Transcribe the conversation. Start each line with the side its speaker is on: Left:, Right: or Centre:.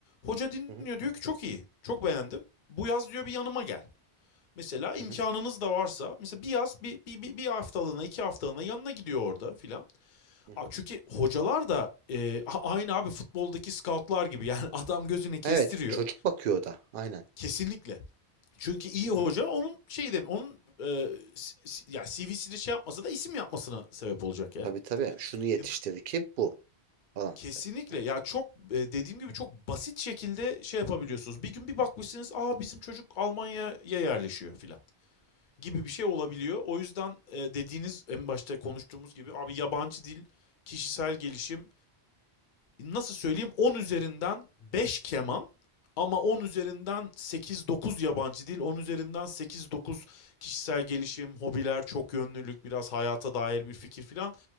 Left: Hoca dinliyor
Right: Hı hı.
Left: diyor ki çok iyi. Çok beğendim. Bu yaz diyor bir yanıma gel. Mesela imkanınız
Right: Hı hı.
Left: da varsa mesela bir yaz bir, bir, bir, bir haftalığına iki haftalığına yanına gidiyor orada filan.
Right: Hı hı.
Left: Çünkü hocalar da e, aynı abi futboldaki scoutlar gibi <laughs> yani adam gözünü kestiriyor
Right: Evet, çocuk bakıyor o da. Aynen.
Left: kesinlikle. Çünkü iyi
Right: Hı
Left: hoca
Right: hı.
Left: onun şey dem onun e, s- s- ya C V'sini şey yapmasa da isim yapmasına sebep olacak yani.
Right: Tabii tabii. Şunu yetiştirdi
Left: E,
Right: ki bu falan.
Left: kesinlikle
Right: Evet.
Left: ya çok e, dediğim gibi çok basit şekilde şey yapabiliyorsunuz. Bir gün bir bakmışsınız aa bizim çocuk Almanya'ya yerleşiyor filan gibi bir şey olabiliyor. O yüzden e, dediğiniz en başta konuştuğumuz gibi abi yabancı dil, kişisel gelişim nasıl söyleyeyim On üzerinden beş keman ama 10 üzerinden sekiz dokuz yabancı dil, 10 üzerinden sekiz dokuz kişisel gelişim, hobiler, çok yönlülük, biraz hayata dair bir fikir filan